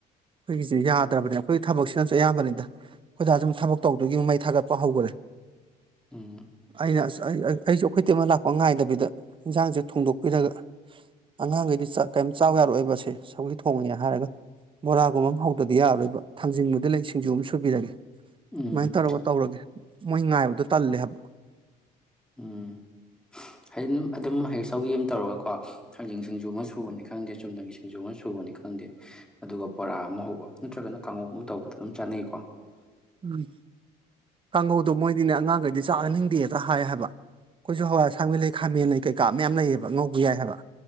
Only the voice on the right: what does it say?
ꯑꯩꯈꯣꯏꯒꯤꯁ‌ꯦ ꯌꯥꯗ꯭ꯔꯕꯅꯦ ꯑꯩꯈꯣꯏꯒꯤ ꯊꯕꯛꯁꯤꯅꯁꯨ ꯑꯌꯥꯝꯕꯅꯤꯗ ꯑꯩꯈꯣꯏ ꯗꯥꯁꯨ ꯑꯃꯨꯛ ꯊꯕꯛ ꯇꯧꯗꯧꯒꯤ ꯑꯃꯨꯛ ꯃꯩ ꯊꯥꯒꯠꯄ ꯍꯧꯈꯔꯦ
ꯑꯩꯅ ꯑꯁ ꯑꯩꯁꯨ ꯑꯩꯈꯣꯏ ꯆ‌ꯦ ꯃ‌ꯣꯏ ꯂꯥꯛꯄ ꯉꯥꯏꯗꯕꯤꯗ ꯏꯟꯖꯥꯡꯁꯦ ꯊꯣꯡꯗꯣꯛꯄꯤꯔꯒ ꯑꯉꯥꯡꯈꯩꯗꯤ ꯆꯥ ꯀꯩꯝ ꯆꯥꯎ ꯌꯥꯔꯛꯑꯣꯏꯕꯁꯦ ꯁꯧꯒꯔꯤ ꯊꯣꯡꯉꯦ ꯍꯥꯏꯔꯒ ꯕꯣꯔꯥꯒꯨꯝꯕ ꯑꯃ ꯍꯧꯗꯔꯗꯤ ꯌꯥꯔꯔꯣꯏꯕ ꯊꯥꯡꯖꯤꯡꯕꯨꯗꯤ ꯂꯩ ꯁꯤꯡꯖꯨ ꯑꯃ ꯁꯨꯕꯤꯔꯒꯦ
ꯁꯨꯃꯥꯏꯅ ꯇꯧꯔꯒ ꯇꯧꯔꯒꯦ ꯃꯣꯏ ꯉꯥꯏꯕꯗꯣ ꯇꯜꯂꯦ ꯍꯥꯏꯕ
ꯎꯝ ꯀꯥꯡꯍꯧꯗꯣ ꯃꯣꯏꯗꯤꯅꯦ ꯑꯉꯥꯡꯈꯩꯗꯤ ꯆꯥꯅꯤꯡꯗꯦꯇ ꯍꯥꯏ ꯍꯥꯏꯕ ꯑꯩꯈꯣꯏꯁꯨ ꯍꯋꯥꯏꯁꯥꯡꯕꯤ ꯂꯩ ꯈꯥꯃꯦꯟ ꯂꯩ ꯀꯩꯀꯥ ꯃꯌꯥꯝ ꯂꯩꯌꯦꯕ ꯉꯧꯒ‌ꯦ ꯌꯥꯏ ꯍꯥꯏꯕ